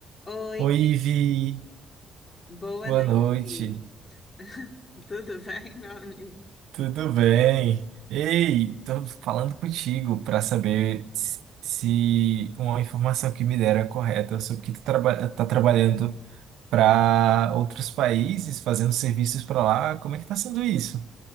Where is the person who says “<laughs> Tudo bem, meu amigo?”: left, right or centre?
Left